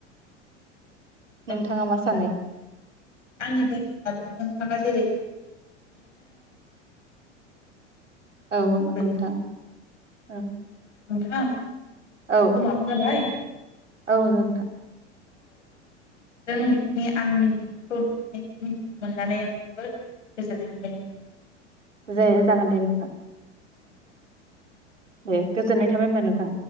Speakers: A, on the left; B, on the right.
A: <unintelligible>
B: नोंथाङा मा सानो
A: सा आंनि बायदिब्लाबो नोंथाङा जेरै
B: औ नंगौ
A: बेनो
B: नोंथां औ
A: <unintelligible> <unintelligible> समाबो
B: औ
A: जाबाय
B: औ नोंथां
A: <unintelligible>
B: दे जागोन दे नोंथां।
A: औ
B: दे गोजोननाय थाबाय होमबा नोंथां।